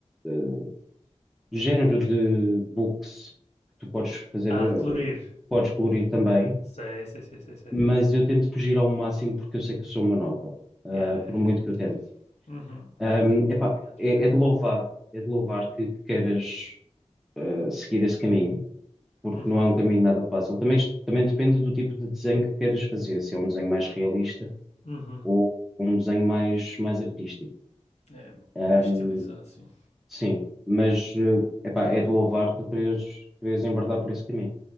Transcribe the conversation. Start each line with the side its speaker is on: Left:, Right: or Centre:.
Centre: eh, género de books que tu podes fazer, eh,
Left: Ah, de colorir.
Centre: podes colorir também,
Left: Sei, sei, sei, sei, sei.
Centre: mas eu tento fugir ao máximo porque eu sei que eu sou monótono, ah,
Left: Yeah, yeah,
Centre: por muito
Left: yeah.
Centre: que eu tente.
Left: Uhum,
Centre: Ahm,
Left: Compreendo
Centre: epá, é,
Left: perfeitamente.
Centre: é de louvar, é de louvar que, que queiras ah, seguir esse caminho, porque
Left: Uhum,
Centre: não é um caminho nada fácil. Também, isto- também depende do tipo de desenho que queiras fazer, se é um desenho mais realista
Left: uhum.
Centre: ou um desenho mais, mais artístico.
Left: É
Centre: Ahm,
Left: mais estilizado, sim.
Centre: sim, mas eh, epá, é de louvar tu queres, queres enverdar por esse caminho.